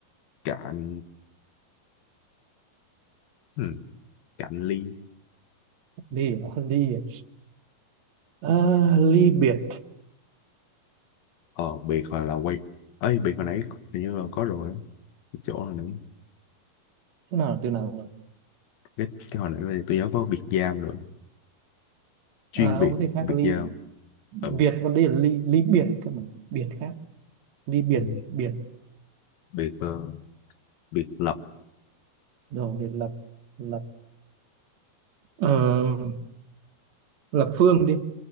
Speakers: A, on the left; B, on the right.
A: cạn ừ, cạn ly
B: ly à? <laughs> ly à? Ờ, ly biệt
A: ờ biệt hồi là quay ấy biệt hồi nãy hình như là có rồi á cái chỗ hồi nãy
B: thế nào là từ nào nhỉ?
A: cái, cái hồi nãy bây tôi nhớ có biệt giam rồi chuyên
B: à ông
A: biệt
B: có thể khác
A: biệt
B: ly
A: giam
B: biệt
A: ừ.
B: còn đây là ly ly biệt cơ mà biệt khác ly biệt
A: Ừ,
B: biệt
A: biệt ờ, biệt lập
B: rồi biệt lập lập Ờ, lập phương đi